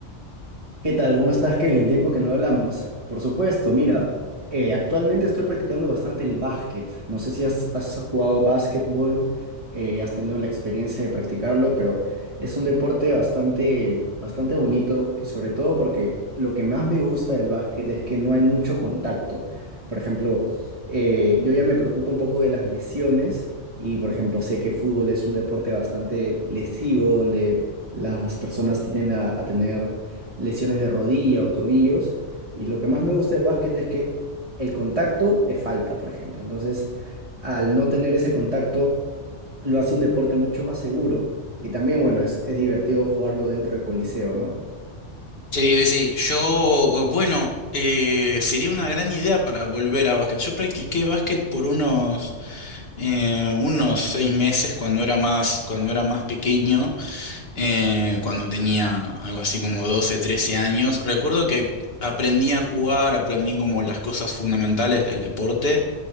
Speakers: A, on the right; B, on the left.
A: ¿Qué tal? ¿Cómo estás, Kevin? Tiempo que no hablamos. Por supuesto, mira, eh, actualmente estoy practicando bastante el básquet. No sé si has, has jugado básquetbol, eh, has tenido la experiencia de practicarlo, pero es un deporte bastante, bastante bonito y sobre todo porque lo que más me gusta del básquet es que no hay mucho contacto. Por ejemplo, eh, yo ya me preocupo un poco de las lesiones y, por ejemplo, sé que fútbol es un deporte bastante lesivo donde las personas tienden a a tener lesiones de rodilla o tobillos. Y lo que más me gusta del básquet es que el contacto es falta, por ejemplo. Entonces, al no tener ese contacto, lo hace un deporte mucho más seguro. Y también, bueno, es, es divertido jugarlo dentro de Coliseo, ¿no?
B: Sí, sí, yo, eh, bueno, eh, sería una gran idea para volver a básquet. Yo practiqué básquet por unos, eh, unos seis meses cuando era más, cuando era más pequeño. eh, cuando tenía algo así como 12 13 años. Recuerdo que aprendí a jugar, aprendí como las cosas fundamentales del deporte,